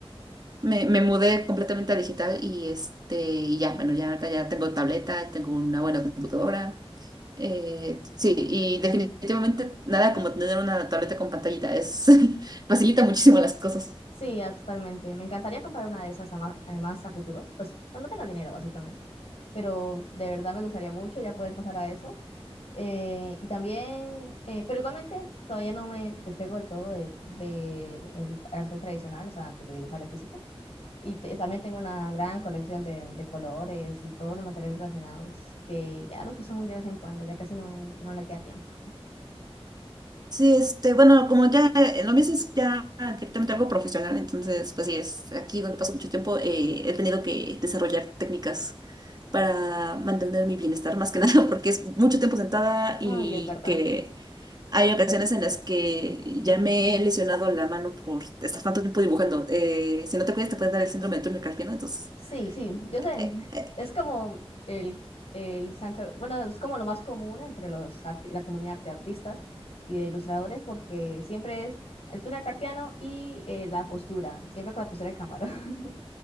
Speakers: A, on the right; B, on the left.
A: Me, me mudé completamente a digital y este, y ya, bueno, ya ahorita ya tengo tableta, tengo una buena computadora. eh, sí, y definitivamente nada como tener una tableta con pantallita, es <laughs> facilita muchísimo las cosas.
B: Sí, ah, totalmente. Me encantaría comprar una de esas a ma- además a futuro, pues cuando tenga el dinero, básicamente. Pero de verdad me gustaría mucho ya poder pasar a eso. Eh, y también, eh, pero igualmente todavía no me despego del todo de, de el arte tradicional, o sea, pues, de dibujar en físico. Y te- también tengo una gran colección de, de colores y todos los materiales relacionados que ya los uso muy de vez en cuando, ya casi no, no le queda tiempo.
A: Sí, este, bueno, como ya eh, lo mismo es ya directamente algo profesional, entonces, pues sí, es aquí donde paso mucho tiempo, eh, he tenido que desarrollar técnicas para mantener mi bienestar más que <laughs> nada, porque es mucho tiempo sentada y
B: Ay, es verdad.
A: que Hay ocasiones en las que ya me he lesionado la mano por estar tanto tiempo dibujando. Eh, si no te cuidas, te puede dar el síndrome de Turner Carpiano. Entonces,
B: Sí, sí, yo sé.
A: eh,
B: <laughs>
A: eh,
B: Es como el, el santo, bueno, es como lo más común entre los arti- la comunidad de artistas y de ilustradores porque siempre es el túnel carpiano y eh, la postura, siempre con la postura de camarón. <laughs>